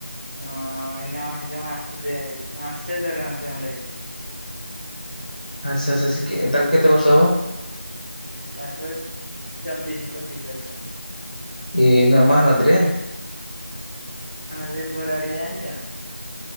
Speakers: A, on the right; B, on the left.
A: ହଁମ ହେଇ ମାସେ ମାସେ ଦେଢ ମାସେ ଖଣ୍ଡେ ହେଇଯ
B: ଆଚ୍ଛା ଆଛା ତାକୁ କେତେ ବର୍ଷ ହବ?
A: ତାକୁ ଚବିଶ ପଚିଶ ବର୍ଷ।
B: ଏଇ ନା ମାହାନଦିରେ
A: ସେ ଘୋର ଆଡିଆ ଜାଣିଛ?